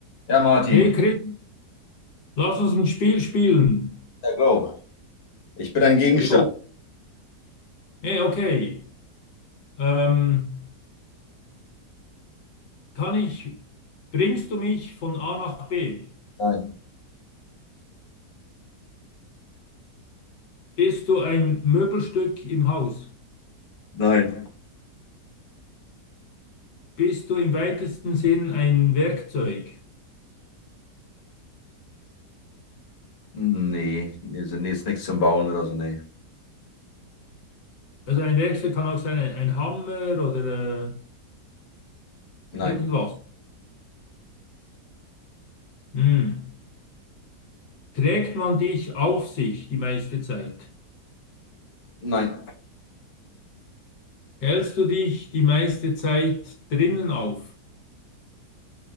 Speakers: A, on the left; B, on the left.
A: Ja, Martin.
B: Hey Chris, lass uns ein Spiel spielen.
A: Ja, go. Ich bin ein Gegenstand.
B: Jo. Hey, okay. Ähm, kann ich, bringst du mich von A nach B?
A: Nein.
B: Bist du ein Möbelstück im Haus?
A: Nein.
B: Bist du im weitesten Sinn ein Werkzeug?
A: Nee, nee, so- nee, ist nichts zum Bauen oder so, nee.
B: Also ein Werkzeug kann auch sein, ein, ein Hammer oder
A: Nein.
B: äh, irgendwas. Hm. Trägt man dich auf sich die meiste Zeit?
A: Nein.
B: Hältst du dich die meiste Zeit drinnen auf?